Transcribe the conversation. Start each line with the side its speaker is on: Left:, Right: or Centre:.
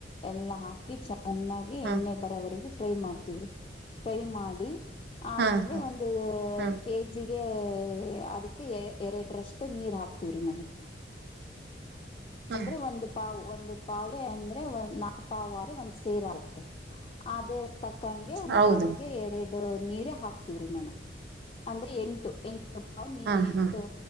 Left: ಎಲ್ಲ್. ಚೆನ್ನಾಗಿ
Right: ಹಾ
Left: ಎಣ್ಣೆ ಬರೋವರಿಗೆ. ಫ್ರೈ ಮಾಡ್ತವ್ರಿ ಫ್ರೈ ಮಾಡಿ. ಆಮೇಲೆ
Right: ಹಾ ಹಾ
Left: ಒಂದು
Right: ಹಾ
Left: ಕೆಜಿಗೆ. ಹ್ಮ. ಅದಕ್ಕೆ ಎರಡರಷ್ಟು ನೀರ್ ಹಾಕ್ತಿವ್ರಿ ಮೇಡಮ್.
Right: ಹಾ
Left: ಅಂದ್ರೆ ಒಂದು ಪಾವು. ಒಂದು ಪಾವ ಅಂದ್ರೆ ಒ ನಾಲ್ಕು ಪಾವ್ರೆ ಒಂದ ಸೇರಾಗುತ್ತೆ ಅದೇ. ತಕ್ಕಂಗೆ ಒಂದು
Right: ಹೌದಮ್ಮ
Left: ಪಾವಿಗೆ ಎರೆ ನೀರೆ ಹಾಕ್ತಿವ್ರಿ ಮೇಡಮ್ ಅಂದ್ರೆ ಎಂಟು ಎನ್ ಟು ಪಾವ್ ನೀ
Right: ಹಾ
Left: ಎಂಟು
Right: ಹಾ